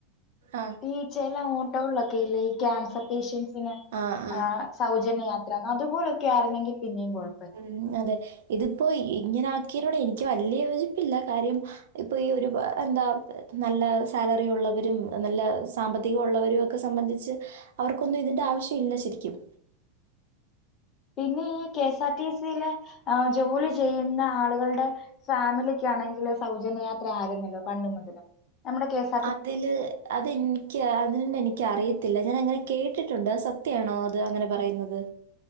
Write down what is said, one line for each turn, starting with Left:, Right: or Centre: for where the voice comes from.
Right: ആഹ്
Left: ഈ ചെല അങ്ങോട്ടകളൊക്കെല്ലേ ഈ ക്യാൻസർ പേഷ്യൻസിനെ?
Right: ആഹ്
Left: ആ
Right: ആഹ്.
Left: സൗജന്യയാത്രാന്ന് അതുപോലൊക്കെ ആരുന്നെങ്കി പിന്നെയും കൊഴ
Right: ഉം അതെ ഇതിപ്പോ ഇ ഇങ്ങനെ ആക്കിയിനോട് എനിക്ക് വല്യ യോജിപ്പില്ല കാര്യം. ഇപ്പൊ ഈ ഒരു പ എന്താ നല്ല സാലറി ഉള്ളവരും നല്ല സാമ്പത്തികം ഉള്ളവരും ഒക്കെ സംബന്ധിച്ച് അവർക്കൊന്നും ഇതിന്റെ ആവശ്യം ഇല്ല ശരിക്കും.
Left: പിന്നെ ഈ കെ എസ് ആർ ടി സിയിലെ ആഹ് ജോലി ചെയ്യുന്ന ആളുകളുടെ ഫാമിലിക്ക് ആണെങ്കിൽ സൗജന്യയാത്ര ആരുന്നല്ലോ പണ്ട് മുതല് നമ്മുടെ കേസ
Right: അതില് അതെന്ക്ക്. അതിനന്നെ എനിക്കറിയത്തില്ല ഞാനങ്ങനെ കേട്ടിട്ടുണ്ട് അ സത്യാണോ അത് അങ്ങനെ പറയുന്നത്?